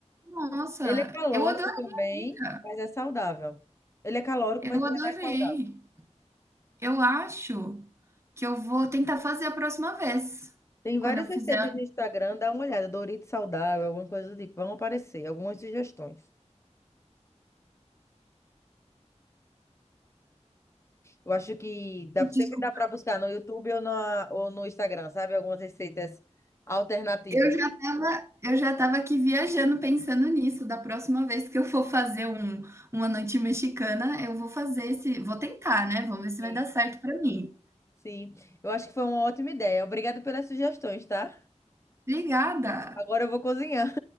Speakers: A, on the right; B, on the left.
A: Nossa,
B: Ele é calórico
A: eu adorei
B: também,
A: a dica.
B: mas é saudável. Ele é calórico,
A: Eu
B: mas
A: adorei.
B: ele é mais saudável.
A: Eu acho que eu vou tentar fazer a próxima vez.
B: Tem várias
A: Quando eu
B: receitas
A: fizer,
B: no Instagram, dá uma olhada. Doritos saudável, alguma coisa do tipo. Vão aparecer algumas sugestões. Eu acho que dá, sempre
A: desculpa.
B: dá para buscar no YouTube ou, na, ou no Instagram, sabe? Algumas receitas alternativas.
A: Eu já estava, eu já estava aqui viajando pensando nisso. Da próxima vez que eu for fazer um, uma noite mexicana, eu vou fazer esse, vou tentar, né? Vamos ver se vai
B: Sim.
A: dar certo para mim.
B: Sim, eu acho que foi uma ótima ideia. Obrigada pelas sugestões, tá?
A: Obrigada.
B: Agora eu vou cozinhar.